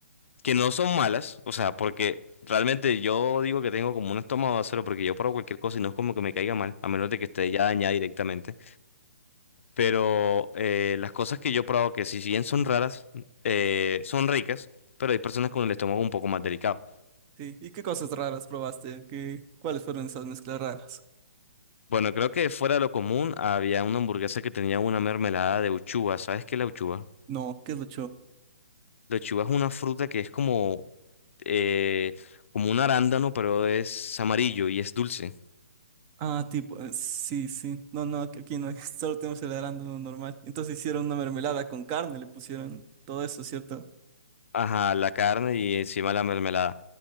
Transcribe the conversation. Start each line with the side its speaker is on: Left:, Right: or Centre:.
Left: que no son malas, o sea, porque realmente yo digo que tengo como un estómago de acero porque yo pruebo cualquier cosa y no es como que me caiga mal, a menos de que esté ya dañada directamente. Pero eh, las cosas que yo he probado, que si bien son raras, eh, son ricas, pero hay personas con el estómago un poco más delicado.
Right: sí. ¿Y qué cosas raras probaste? ¿Qué, cuáles fueron esas mezclas raras?
Left: Bueno, creo que fuera de lo común había una hamburguesa que tenía una mermelada de uchuva. ¿Sabes qué es la uchuva?
Right: No, ¿qué es lo
Left: La uchuva es una fruta que es como, eh, como un arándano, pero es amarillo y es dulce.
Right: Ah, tipo, eh, sí, sí. No, no, aquí aquí no hay, <laughs> solo tenemos el arándano normal. Entonces hicieron una mermelada con carne, le pusieron todo eso, ¿cierto?
Left: Ajá, la carne y encima la mermelada.